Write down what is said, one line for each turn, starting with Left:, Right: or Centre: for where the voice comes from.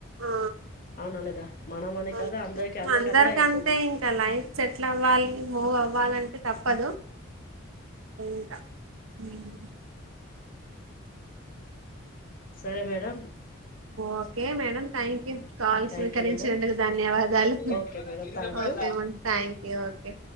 Right: ఆ,
Left: అవునా లేదా మన మనీ
Right: ఆ.
Left: కదా అందరికి అందరికి
Right: అందరికంటే
Left: అదే అయితది
Right: ఇంకా లైఫ్ సెటిల్ అవ్వాలి మూవ్ అవ్వాలంటే తప్పదు ఇంకా ఉమ్.
Left: సరే madam
Right: okay madam thank you calls
Left: thank
Right: స్వీకరించినందుకు
Left: you madam
Right: ధన్యవాదాలు
Left: okay madam thank
Right: okay
Left: you
Right: మే థ్యాంక్ యూ ఓకే